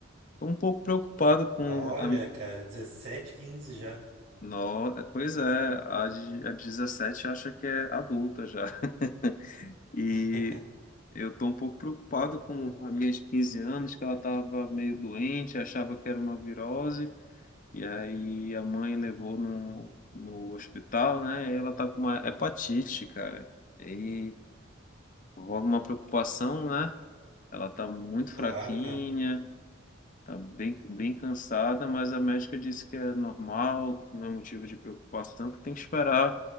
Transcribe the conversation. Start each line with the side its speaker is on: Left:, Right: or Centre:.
Left: Tô um pouco preocupado com
Right: Olha,
Left: a...
Right: cara, dezessete, quinze já.
Left: No, pois é, a de, a de 17 acha que é adulta já. <laughs> E
Right: <laughs>
Left: Eu tô um pouco preocupado com a minha de 15 anos, que ela estava meio doente, achava que era uma virose, e aí a mãe levou no, no hospital, né? E ela tá com uma hepatite, cara. E aí rola uma preocupação, né? Ela tá muito
Right: Claro,
Left: fraquinha,
Right: cara.
Left: tá bem, bem cansada, mas a médica disse que é normal, que não é motivo de preocupação, que tem que esperar